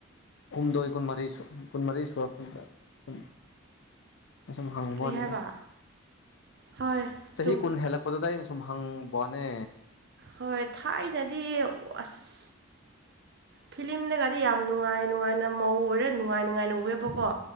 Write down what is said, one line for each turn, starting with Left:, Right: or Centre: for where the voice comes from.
Left: ꯍꯨꯝꯗꯣꯏ ꯀꯨꯟꯃꯔꯤ ꯀꯨꯟꯃꯔꯤ ꯁꯨꯔꯛꯄꯗꯨꯗ ꯁꯨꯝ ꯑꯁꯨꯝ ꯍꯡꯕ
Right: ꯀꯔꯤ
Left: ꯋꯥꯅꯤꯗ
Right: ꯍꯥꯏꯕ ꯍꯣꯏ
Left: ꯆꯍꯤ
Right: ꯆꯨꯝ
Left: ꯀꯨꯟ ꯍꯦꯂꯛ ꯃꯗꯨꯗ ꯑꯩꯅ ꯁꯨꯝ ꯍꯪꯕ ꯋꯥꯅꯦ
Right: ꯍꯣꯏ ꯊꯥꯏꯅꯗꯤ ꯑꯁ ꯐꯤꯂꯤꯝꯗꯒꯗꯤ ꯌꯥꯝ ꯅꯨꯡꯉꯥꯏ ꯅꯨꯡꯉꯥꯏꯅ ꯃꯧ ꯑꯣꯏꯔ ꯅꯨꯡꯉꯥꯏ ꯅꯨꯡꯉꯥꯏꯅ ꯎꯑꯦꯕꯀꯣ